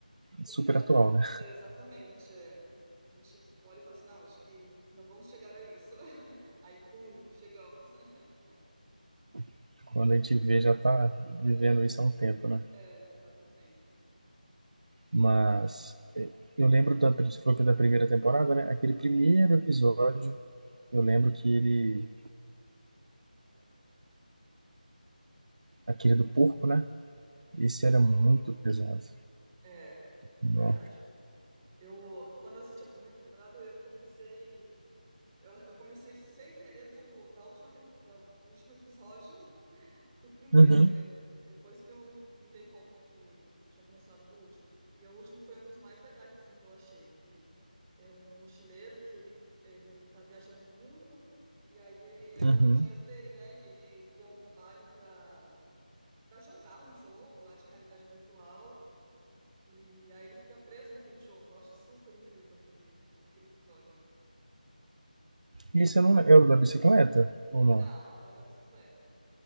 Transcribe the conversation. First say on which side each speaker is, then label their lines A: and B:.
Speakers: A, on the right; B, on the right.
A: super
B: Reali-
A: atual, né?
B: é, Exatamente. é. A gente olha e fala assim, não, acho que não vamos chegar a isso. <laughs> Aí, pum, chegamos. <laughs>
A: <laughs> Quando a gente vê, já tá vivendo isso há um tempo, né?
B: É, já tá vivendo.
A: Mas é, eu lembro da, você falou que é da primeira temporada, né? Aquele primeiro
B: Uhum.
A: episódio, eu lembro que ele, aquele
B: É,
A: do porco, né? Esse
B: um porco.
A: era muito pesado.
B: É, é
A: Não.
B: verdade. Eu, quando eu assisti a primeira temporada, eu comecei Eu, eu comecei sem querer do, da última tempo- da- do último episódio pro primeiro,
A: Uhum,
B: né? Depois que eu me, me dei conta que tinha começado do último. E o último foi um dos mais legais, assim, que eu achei. Que é um mochileiro que ele, ele tá viajando o mundo e aí ele acaba
A: uhum.
B: o dinheiro dele, né? E ele vê um trabalho pra, pra jogar um jogo lá de realidade virtual. E aí ele fica preso naquele jogo. Eu acho super incrível aquele, aquele episódio. Ele-
A: E esse
B: ele
A: eu não,
B: fica-
A: era o da bicicleta ou não?
B: Não, não é da bicicleta.